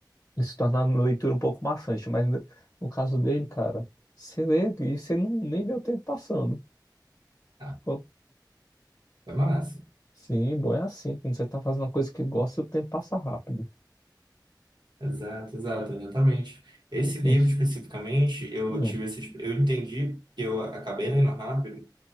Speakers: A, on the left (about 30°); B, on the right (about 75°).
A: Isso torna a leitura um pouco maçante, mas no, no caso dele, cara, você lê e você não, nem vê o tempo passando.
B: Ah,
A: Pô,
B: foi massa.
A: Sim, bom, é assim. Quando você tá fazendo uma coisa que gosta, o tempo passa rápido.
B: Exato, exato, exatamente. Esse livro
A: Hum,
B: especificamente, eu
A: hum,
B: tive esse, eu entendi que eu acabei lendo rápido,